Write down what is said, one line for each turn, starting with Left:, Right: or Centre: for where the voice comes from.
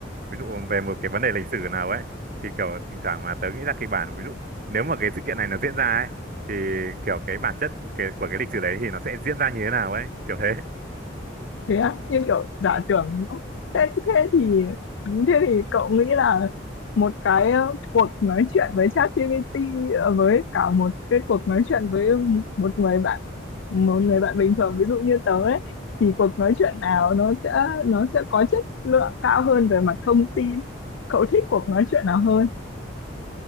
Right: ví dụ về một cái vấn đề lịch sử nào ấy thì kiểu thỉnh thoảng mà tớ nghĩ ra kịch bản ví dụ nếu mà cái sự kiện này nó diễn ra ấy thì kiểu cái bản chất cái, của cái lịch sử đấy thì nó sẽ diễn ra như thế nào ấy kiểu thế
Left: Thế á, như kiểu giả
Right: Ờ,
Left: tưởng. Thế, thế thì thế thì cậu nghĩ là một cái ờ, cuộc nói chuyện với ChatGPT ờ, với cả một cái cuộc nói chuyện với một người bạn một người bạn bình thường ví dụ như tớ ấy thì cuộc nói chuyện nào nó sẽ nó sẽ có chất lượng cao hơn về mặt thông tin? Cậu thích cuộc nói chuyện nào hơn?